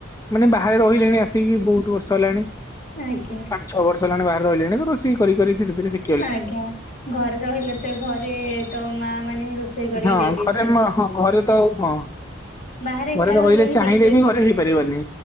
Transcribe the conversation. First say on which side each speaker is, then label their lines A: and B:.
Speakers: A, on the left (about 15°); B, on the left (about 40°).
A: ମାନେ ବାହାରେ ରହିଲେଣି ଆସିକି ବହୁତ ବର୍ଷ ହେଲାଣି।
B: ଆଜ୍ଞା।
A: ପାଞ୍ଚ ଛଅ ବର୍ଷ ହେଲାଣି ବା ରିହିଲିଣି ରୋଷଇ କରିି କରି ଧିରେ ଧିରେ ଶିଖି
B: ଆଜ୍ଞା ଘରେ ରହିଲେ ତ ଘରେ ତ ମା ମାନେ ରୋଷେଇ କରିକି
A: ହଁ
B: ଦେଇଦିଏ।
A: ଘରେ ମା ହଁ ଘରେ ତ ଆଉ ହଁ।
B: ବାହାରେ
A: ଘରେ
B: ଏକା
A: ରହିଲେ
B: ହିଁ
A: ଚାହିଁଲେ
B: ନିଜେ
A: ବି
B: କରିବାକୁ
A: ଘରେ ହେଇପାରିବନି